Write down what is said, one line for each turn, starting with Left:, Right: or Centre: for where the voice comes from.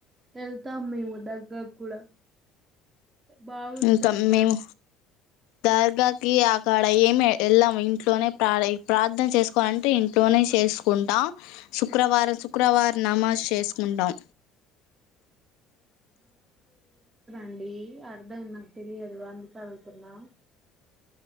Right: వెళ్తాం మేము దర్గా కూడా బాగుంటది
Left: యెల్తామ్
Right: అక్కడ
Left: మేము దర్గాకి ఆ కాడ ఏమి యెళ్ళం ఇంట్లోనే ప్రర ప్రార్థన చేసుకోవాలంటే ఇంట్లోనే చేసుకుంటా శుక్రవారం శుక్రవారం నమాజ్ చేసుకుంటాం
Right: ండి అర్థం నాకు తెలియదు అందుకే అడుగుతున్నా